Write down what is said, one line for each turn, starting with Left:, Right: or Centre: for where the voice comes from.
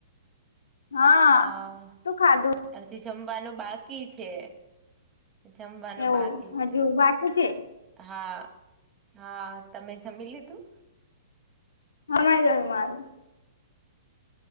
Left: હા
Right: આ
Left: શું ખાધું
Right: હજી જમવાનું બાકી છે જમવાનું
Left: એવું
Right: બાકી છે
Left: હજુ બાકી છે
Right: હા હા તમે જમી લીધું
Left: હા જમાય ગયું મારું